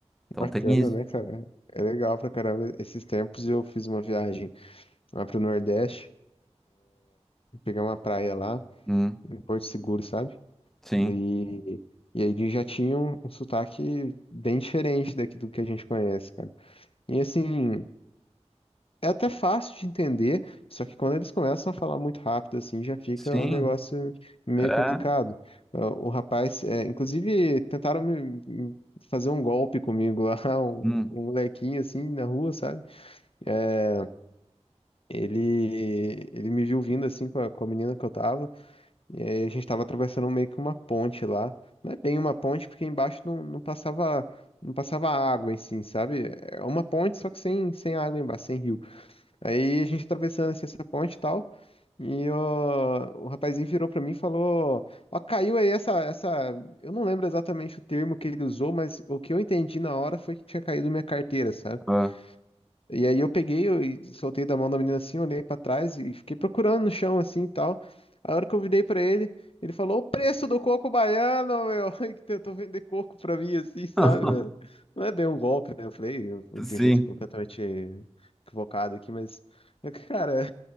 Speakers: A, in the centre; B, on the left (about 55°).
A: Então
B: Bacana,
A: tem isso.
B: né, cara? É legal pra caramba. Esses tempos eu fiz uma viagem lá pro Nordeste. pegar uma praia lá,
A: Hum,
B: em Porto Seguro, sabe?
A: sim.
B: E, e aí eles já tinham um sotaque bem diferente daqui do que a gente conhece, cara. E assim, é até fácil de entender, só que quando eles começam a falar muito rápido, assim, já fica
A: Sim.
B: um negócio meio
A: É.
B: complicado. Ah, O rapaz, é, inclusive, tentaram me- me fazer um golpe comigo lá, <laughs> um,
A: Hum,
B: um molequinho assim na rua, sabe? É, Ele, ele me viu vindo assim com a, com a menina que eu tava. E aí a gente tava atravessando meio que uma ponte lá. Não é bem uma ponte, porque embaixo não, não passava, não passava água em si, sabe? É uma ponte, só que sem, sem água embaixo, sem rio. Aí a gente atravessando assim, essa ponte e tal. E ó, o rapazinho virou pra mim e falou: Ó, caiu aí essa, essa. Eu não lembro exatamente o termo que ele usou, mas o que eu entendi na hora foi que tinha caído minha carteira, sabe?
A: é.
B: E aí eu peguei eu, e soltei da mão da menina assim, olhei pra trás e fiquei procurando no chão assim e tal. A hora que eu virei pra ele, ele falou o preço do coco baiano, meu, <laughs> e que tentou vender coco pra mim assim, sabe,
A: <laughs>
B: velho? Não é bem um golpe, né? Eu falei eu-
A: Sim.
B: de um jeito completamente equivocado aqui, mas <laughs> cara,